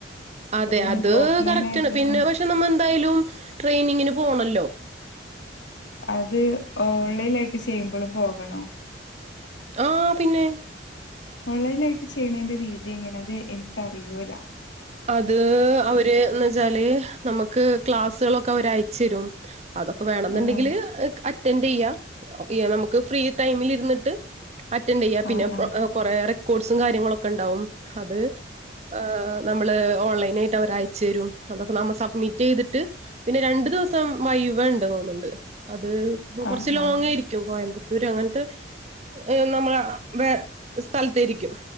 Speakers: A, on the right; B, on the left.
A: അതെ
B: പിന്നെ
A: അത്
B: ഓഫ്‌ലൈൻ
A: കറക്ന്നെ
B: ആയിട്ട് ആഹ്
A: പക്ഷെ നമ്മ എന്തായാലും ട്രെയിനിങ് പോണല്ലോ
B: അത് ഓൺലൈൻ ആയിട്ട് ചെയ്യുമ്പോളും പോകണോ
A: ആഹ് പിന്നെ
B: ഓൺലൈനായിട്ട് ചെയ്യണതിന്റെ രീതി എങ്ങനെ അത് എനിക്കറിയൂല്ല
A: അത് അവര്ന്ന് വെച്ചാല് നമുക്ക് ക്ലാസ്സുകളൊക്കെ ഒക്കെ അയച്ച തരും അതൊക്കെ വേണെന്നുണ്ടെങ്കില്
B: ആഹ്
A: അറ്റൻഡ് ചെയ്യാ നമ്മക്ക് ഫ്രീ ടൈമിൽ ഇരുന്നിട്ട് അറ്റൻഡ് ചെയ്യ
B: ആഹ്
A: പിന്നെ
B: ആഹ്
A: കൊററെ ഫ്രുട്സും കാര്യങ്ങളൊക്കെ ഉണ്ടാവും അത് ആഹ് നമ്മള് ഓൺലൈനായിട്ട് അവര് അയച്ചു തരും, അതൊക്കെ നമ്മ സബ്മിറ്റ് ചെയ്തിട്ട് പിന്നെ രണ്ട് ദിവസം വൈവ ഇണ്ട് തോന്നുന്നുണ്ട്. അത്
B: ആഹ്
A: കൊറച്ച് ലോങായിരിക്കും
B: ആഹ്
A: കോയമ്പത് ത്തൂര് അങ്ങനത്തെ ഏ നമ്മള വെ സ്ഥലത്തായിരിക്കും.